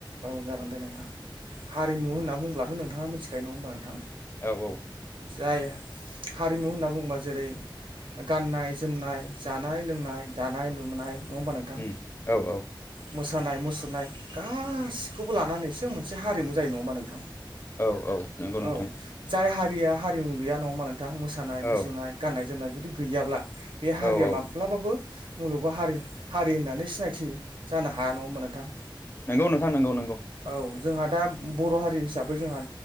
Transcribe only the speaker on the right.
औ जागोन दे नोंथां। हारिमु होनना बुंब्लाथ' नोंथाङा मिथिखायो नङा होमबा नोंथां?
जाय हारिमु होनना बुङोबा जेरै- गाननाय जो जोमनाय, जानाय-लोंनाय, दानाय-लुनाय नङा होमबा नोंथां।
मोसानाय-मुसुरनाय गाखौबो लानानैसो मोनसे हारिमु जायो नङा होमा नोंथां?
औ। जाय हारि हारिया हारिमु गैया नङा होमा नोंथां। मोसानाय-मुसुरनाय
गाननाय-जोमनाय जुदि गैयाब्ला बे हारिया
माब्लाबाबो मुलुगाव हारि हारि होननानै सिनायथि जानो हाया नङा होनबा नोंथां?
औ जोंहा दा बर' हारि हिसाबै जोंहा